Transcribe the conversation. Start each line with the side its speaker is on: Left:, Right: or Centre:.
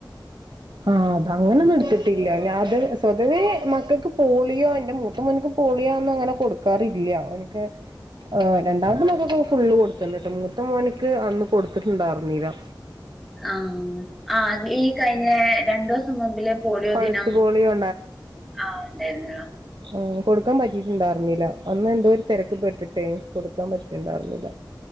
Right: ആഹ് അത അങ്ങനൊന്നും എടുത്തിട്ടില്ല അത് സ്വതവേ മക്കൾക്ക് പോളിയോ എന്റ മൂത്തമോനിക്ക് പൊളിയാന്നും അങ്ങനെ കൊടുക്കാറില്ല അവനിക് ആഹ് രണ്ടാമത്തെമക്കൾക്ക് ഫുള്ള് കൊടുത്തിണ്ട് മൂത്ത മോനിക്ക് അന്ന് കൊടുത്തിട്ടുണ്ടായിരുന്നീല്ല
Centre: ആഹ് ആ ഈ കഴിഞ്ഞ രണ്ടു ദിവസം മുമ്പിലെ പോളിയോ
Right: പൾസ്
Centre: ദിനം
Right: പോളിയോ
Centre: ആഹ് ഉണ്ടായിന്നില്ല
Right: ആഹ് കൊടുക്കാൻ പറ്റിട്ടുണ്ടായിരുന്നില്ല അന്ന് എന്തോ ഒരു തിരക്ക് പെട്ടിട്ടെ കൊടുക്കാൻ പറ്റിട്ടുണ്ടായിരുന്നില്ല